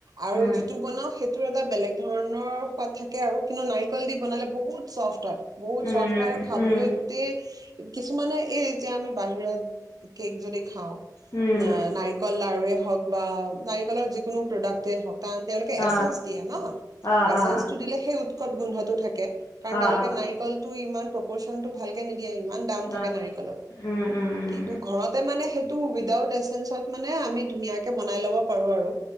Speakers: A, on the right (about 60°); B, on the left (about 50°).
A: আৰু
B: উম
A: যিটো বনাওঁ সে তোৰ এটা বেলেগ ধৰণৰ পাত থাকে আৰু কিন্তু নাৰিকল দি বনালে বহুত চফ্ট হয়। বহুত
B: উম
A: চফ্ট হয় আৰু খাবলৈ
B: উম
A: গোটেই কিছুমানে এই যে আমি বাহিৰত। কেক যদি খাওঁ
B: উম
A: নাইকল লাৰুৱে হক বা নাৰিকলৰ যিকোনো প্ৰডাক্টে হওক তান তেওঁলোকে
B: অ
A: এচেঞ্চ দিয়া ন
B: অ
A: এচেঞ্চটো
B: অ
A: দিলে সেই উৎ খুব গোন্ধটো থাকে কাৰণ
B: অ অ
A: তেওঁলোকে
B: অ
A: নাৰিকলটো ইমান প্ৰপৰচন ভাল কে নি এ ইমান দাম থাকে
B: অ
A: নাইকলৰ
B: উম উম উম
A: কিন্তু ঘৰতে মানে হে টো উইদাউট এচেঞ্চত মানে আমি ধুনীয়াকে বনাই ল'ব পাৰোঁ আৰু।